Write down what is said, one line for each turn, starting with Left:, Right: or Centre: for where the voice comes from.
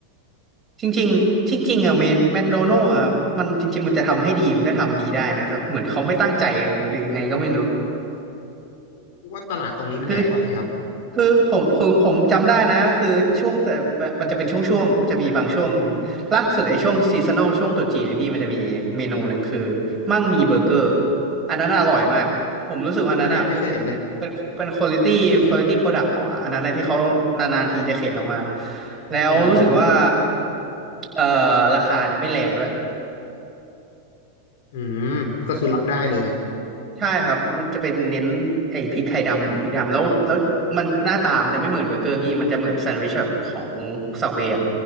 Right: จริงๆจริงๆอ่ะเมนแมคโดนัลด์อ่ะมันจริงๆมันจะทำให้ดีมันก็ทำดีได้นะแต่เหมือนเขาไม่ตั้งใจยังไงหรือยังไงก็ไม่รู้
Left: เพราะว่าตลาดตรงนี้มันใหญ่กว่าไงครับ
Right: คือคือผมผมผมจำได้นะคือช่วงแต่มันจะเป็นช่วงช่วงจะมีบางช่วงหนึ่งล่าสุดไอ้ช่วงซีซัน a ลช่วงตรุษจีนเนี่ยพี่มันจะมีเมนูหนึ่งคือมั่งมีเบอร์เกอร์อันนั้นอร่อยมากผมรู้สึกว่าอันนั้นอ่ะ
Left: จริงปะเนี่ยไม่เคยเห็นเลย
Right: เป็นเป็นควอลิตี้ควอลิตี้โปรดักต์ของอันนั้นนะที่เขานานๆทีจะเข็นออกมาแล้วรู้สึกว่า
Left: อืม
Right: เอ่อราคาเนี่ยไม่แรงด้วย
Left: อืมก็คือรับได้เลย
Right: ใช่ครับ มันจะเป็นเน้นไอ้พริกไทยดำหมูพริกดำแล้วแล้วมันหน้าตามันจะไม่เหมือนเบอร์เกอร์พี่มันจะเหมือนแซนด์วิชแบบของสับเวย์